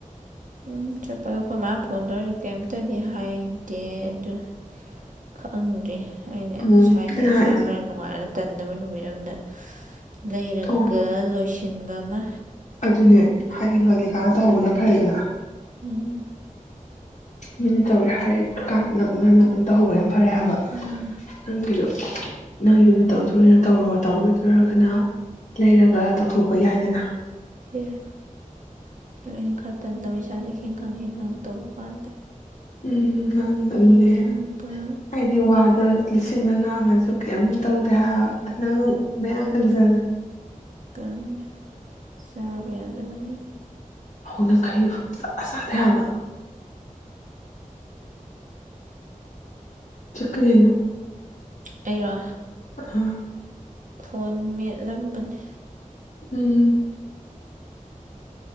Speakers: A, on the right; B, on the left.
A: ꯎꯝ ꯆꯠꯄꯗꯣ ꯑꯩꯈꯣꯏ ꯃꯥ ꯐꯣꯟ ꯇꯧꯔꯤꯁ ꯀꯔꯤꯝꯇꯗꯤ ꯍꯥꯏꯗꯦ ꯑꯗꯨ ꯈꯪꯗ꯭ꯔꯤ ꯑꯩꯅ
B: ꯎꯝ
A: ꯁ꯭ꯋꯥꯏꯗ
B: ꯑꯩꯅ
A: ꯏꯁꯥ
B: ꯍꯥꯏꯗꯤ
A: ꯈꯔ ꯅꯨꯡꯉꯥꯏꯔ ꯇꯟꯗꯕ ꯅꯨꯃꯤꯠ ꯑꯃꯗ ꯂꯩꯔꯒ
B: ꯑꯣ
A: ꯂꯣꯏꯁꯤꯟ ꯊꯤꯟꯕ ꯑꯃ
B: ꯑꯗꯨꯅꯦ ꯍꯥꯏꯗꯤ ꯉꯜꯂꯤꯀꯥꯟꯅ ꯇꯧꯍꯧꯕꯅ ꯐꯔꯦꯗꯅ
A: ꯎꯝ
B: ꯃꯤꯅ ꯇꯧꯔꯦ ꯍꯥꯏꯔꯤꯀꯥꯟ ꯅꯛꯅꯅ ꯑꯗꯨꯝ ꯇꯧꯍꯧꯕꯅ ꯐꯔꯦ ꯍꯥꯏꯕ
A: ꯎꯝ
B: ꯅꯪꯒꯤꯗꯣ ꯅꯪ ꯌꯨꯃꯤꯠꯇꯧꯗꯣꯏꯅ ꯇꯧꯍꯧꯔꯣ ꯇꯧꯔꯣꯏꯗ꯭ꯔꯥꯒꯅ ꯂꯩꯔꯒ ꯇꯧꯊꯣꯛꯄ ꯌꯥꯏꯗꯅ
A: ꯑꯦ ꯅꯣꯏꯅ ꯈꯔꯛꯇꯟꯗ ꯏꯁꯥꯁꯦ ꯈꯦꯡꯈꯥꯡ ꯈꯦꯡꯈꯥꯡ ꯇꯧꯕ ꯀꯥꯟꯗ
B: ꯎꯝ ꯅꯪ
A: ꯌꯦꯡꯕ
B: ꯑꯗꯨꯅꯦ ꯑꯩꯗꯤ ꯋꯥꯗ ꯂꯤꯁꯤꯡꯗ ꯉꯥꯡꯉꯁꯨ ꯀꯩꯝ ꯇꯧ ꯗꯦꯕ ꯅꯪ ꯃꯌꯥꯡ ꯀꯪꯖꯜꯂꯦ
A: ꯀꯟ ꯆꯥꯕ ꯌꯥꯗꯕꯅꯤꯅꯦ
B: ꯍꯧꯅ ꯈꯩꯩꯌꯨ ꯁꯨꯛꯆꯥ ꯆꯥꯗꯦ ꯍꯥꯏꯕ ꯆꯠꯀꯅꯤꯅ
A: ꯑꯩꯔꯣ
B: ꯍꯥ
A: ꯐꯣꯟ ꯃꯦꯠꯂꯝꯕꯅꯤ
B: ꯎꯝ